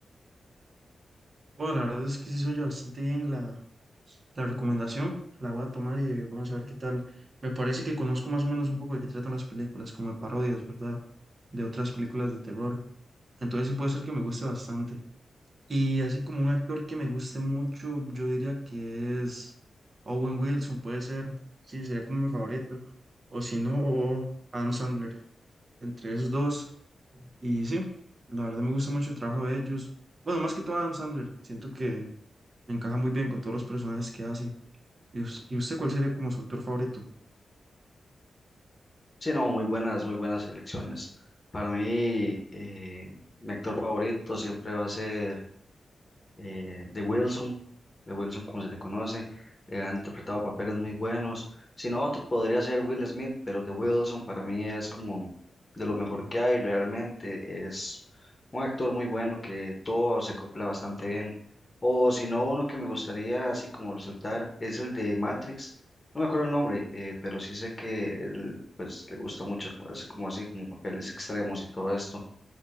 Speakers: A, on the right; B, on the left.
A: Bueno, la verdad es que sí soy yo bastante bien la, la recomendación. La voy a tomar y vamos a ver qué tal. Me parece que conozco más o menos un poco de qué tratan las películas, como de parodias, ¿verdad? De otras películas de terror. Entonces sí puede ser que me guste bastante. Y así como un actor que me guste mucho, yo diría que es Owen Wilson, puede ser, sí, sería como mi favorito. O si no, Adam Sandler, entre esos dos. Y sí, la verdad me gusta mucho el trabajo de ellos. Bueno, más que todo Adam Sandler, siento que encaja muy bien con todos los personajes que hace. ¿Y us- y usted cuál sería como su actor favorito?
B: Sí, no, muy buenas, muy buenas elecciones. Para mí, eh, mi actor favorito siempre va a ser eh, de Wilson, de Wilson como se le conoce, eh, han interpretado papeles muy buenos. Si no, otro podría ser Will Smith, pero de Wilson para mí es como de lo mejor que hay realmente. Es un actor muy bueno que todo se acopla bastante bien. O si no, uno que me gustaría así como resaltar es el de Matrix. No me acuerdo el nombre, eh, pero sí sé que él, pues, le gusta mucho, como- así como así, como papeles extremos y todo esto.